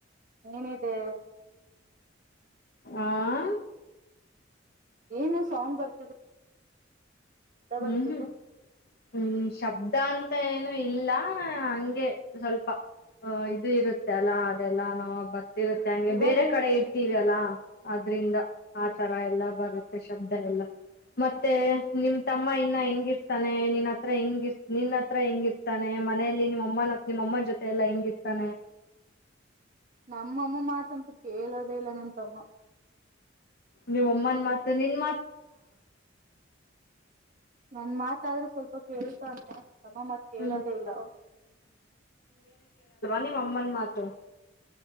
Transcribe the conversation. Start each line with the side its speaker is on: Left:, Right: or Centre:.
Right: ಏನಿದೆ
Left: ಆಾ
Right: ಏನು ಸೌಂಡ್ ಬರ್
Left: ಹ್ಮ್
Right: ಬರ್ತಿದೆ
Left: ಹ್ಮ್ ಹ್ಮ್ ಶಬ್ದಾನ್ ಮ ಏನು ಇಲ್ಲ ಹಂಗೆ ಸ್ವಲ್ಪ ಹ ಇದು ಇರುತ್ತೆ ಅಲ್ಲಾ ಅದೆಲ್ಲಾ ನಾವ ಬರ್ತ ಇರುತ್ತೆ ಹಂಗೆ
Right: ಇವಾಗೆ
Left: ಬೇರೆ ಕಡೆ ಇರ್ತೀವಿ ಅಲ್ಲಾ ಅದ್ರಿಂದ
Right: ಹ್ಮ್
Left: ಆ ತರ ಎಲ್ಲಾ ಬರುತ್ತೆ ಮತ್ತ ಶಬ್ದ ಎಲ್ಲ ಮತ್ತೆ ನಿಮ್ ತಮ್ಮ ಇನ್ನ ಹೆಂಗಿರ್ತಾನೆ ನಿನ್ ಹತ್ರ ಹೆಂಗರ್ ನಿನ್ ಹತ್ರ ಹೆಂಗಿರ್ತಾನೆ ಮ ಮನೆಯಲ್ಲಿ ನಿಮ್ಮ ಅಮ್ಮನ ನಿಮ್ಮಮ್ಮನ ಜೊತೆ ಎಲ್ಲಾ ಹೆಂಗಿರ್ತಾನೆ
Right: ನಮ್ಮಮ್ಮ ಮಾತಂತೂ ಕೇಳೋದೇ ಇಲ್ಲ ನಂತಮ್ಮ
Left: ನೀವ ಅಮ್ಮನ್ ಮಾತ್ ನಿನ್ ಮಾತ್
Right: ನನ್ ಮಾತಾದ್ರೂ ಸ್ವಲ್ಪ ಕೇಳ್ತಾನೆ ಅಮ್ಮ ಮತ್ ಕೇಳದೇ
Left: ಹ್ಮ್
Right: ಇಲ್ಲ
Left: ನೀ ಮಮ್ಮನ್ ಮಾತ